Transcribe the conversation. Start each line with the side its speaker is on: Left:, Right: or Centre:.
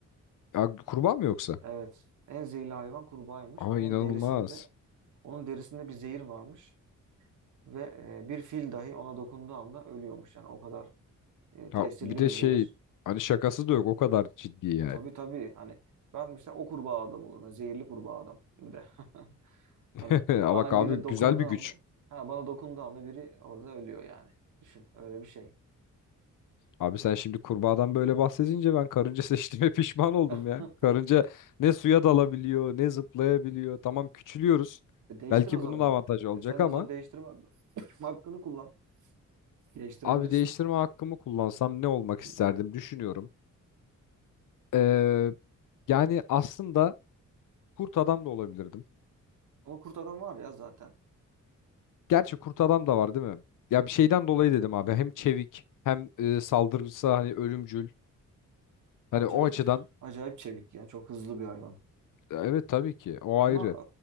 Left: Ya, kurbağa mı yoksa?
Right: Evet. En zehirli hayvan kurbağaymış.
Left: Aa
Right: Onun
Left: inanılmaz.
Right: derisinde onun derisinde bir zehir varmış. Ve e, bir fil dahi ona dokunduğu anda ölüyormuş. Yani o kadar e,
Left: Ha,
Right: tesirli
Left: bir de
Right: bir zehir.
Left: şey hani şakası da yok o kadar ciddi yani.
Right: Tabii tabii. Hani ben mesela o kurbağa adam olurum. Yani Zehirli kurbağa adam bir de. <laughs>
Left: <laughs>
Right: Hani
Left: Ama
Right: bana
Left: bak abi
Right: biri
Left: güzel
Right: dokunduğu
Left: bir güç.
Right: anda, ha bana dokunduğu anda biri orada ölüyor yani. Düşün öyle bir şey.
Left: Abi sen şimdi kurbağadan böyle bahsedince ben karınca seçtiğime <laughs> pişman oldum
Right: <laughs>
Left: ya. Karınca ne suya dalabiliyor ne zıplayabiliyor. Tamam küçülüyoruz.
Right: E değiştir
Left: Belki
Right: o zaman.
Left: bunun avantajı olacak
Right: E sen
Left: ama
Right: de o zaman değiştirme değiştirme hakkını kullan. Değiştirebilirsin.
Left: Abi değiştirme hakkımı kullansam ne olmak isterdim
Right: Hı.
Left: düşünüyorum. Ee, yani aslında kurt adam da olabilirdim.
Right: Ama kurt adam var ya zaten.
Left: Gerçi kurt adam da var değil mi? Ya bir şeyden
Right: Ha.
Left: dolayı dedim abi. Hem çevik hem e, saldırısı hani ölümcül. Hani
Right: Acayip
Left: o açıdan
Right: acayip çevik ya. Çok hızlı bir hayvan.
Left: e, evet tabii ki o
Right: Ama
Left: ayrı.